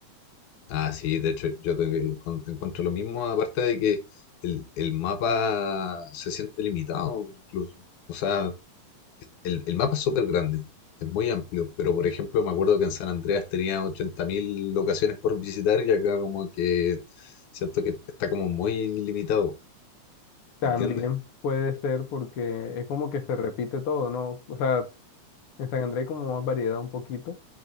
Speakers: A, on the left; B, on the left.
A: Ah, sí, de hecho, yo te, con- te encuentro lo mismo, aparte de que el, el mapa se siente limitado incluso. O sea, el, el mapa es súper grande, es muy amplio, pero por ejemplo me acuerdo que en San Andreas tenía 80.000 locaciones por visitar y acá como que siento que está como muy limitado,
B: También
A: ¿me entiendes?
B: puede ser porque es como que se repite todo, ¿no? O sea, en San Andrés hay como más variedad un poquito